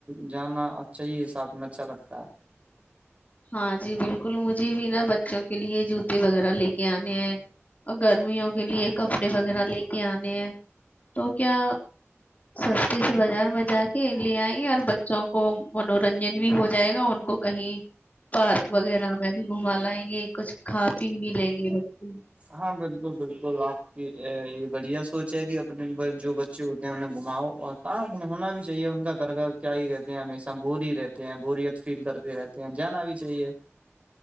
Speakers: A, on the right; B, on the left.
A: جانا چاہ ہی ہے ساتھ میں اچھا لگتا ہے
B: ہاں جی بالکل مجھے بھی نا ب بچوں کے لیے جوتے وغیرہ ل کے آنے ہیں اور گرمیوں کے لیے کپڑے وغیرہ لے کے آنے ہیں تو کیا سستے سے بازار میں جا کے لے آئیں گے اور بچوں کو منورنجن بھی ہو جائے گا ان کو کہیں پارک وغیرہ میں بھی گھما لائیں گے کچھ کھا پی بھی لیں گے بچے
A: ہاں بالکل بالکل آپ کی یہ بڑھیا سوچ ہے کہ اپنے جو بچے ہوتے ہیں انہیں گھماؤ اور کہاں ہونا بھی چاہیے ان کا گھر گھر کیا ہی رہتے ہیں ہمیشہ بور ہی رہتے ہیں بوریت فیل کرتے رہتے ہیں جانا بھی چاہیے <unintelligible>